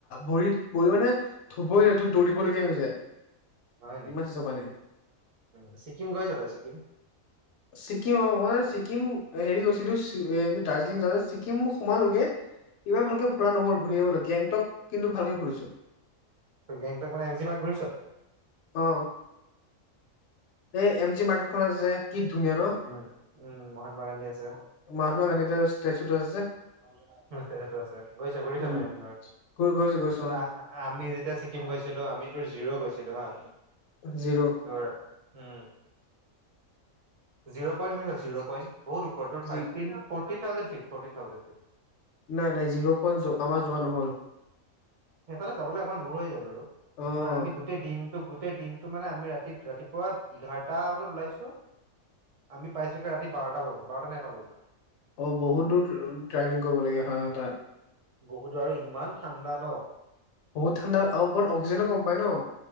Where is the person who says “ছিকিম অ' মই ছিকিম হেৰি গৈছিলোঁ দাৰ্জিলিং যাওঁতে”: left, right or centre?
Left